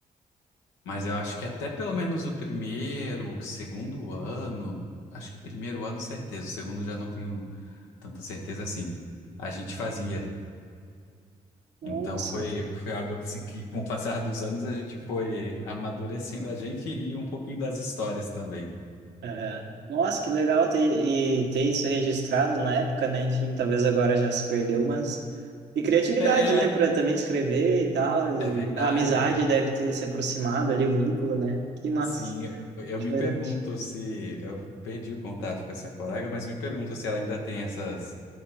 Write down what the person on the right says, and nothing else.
<laughs> Nossa.
Aham. Nossa, que legal ter, e ter isso registrado na época, né? Enfim, talvez agora já se perdeu, mas. E criatividade,
né? Para também escrever e tal. E
a amizade deve ter se aproximado ali, o vínculo, né? Que massa.
Diferente.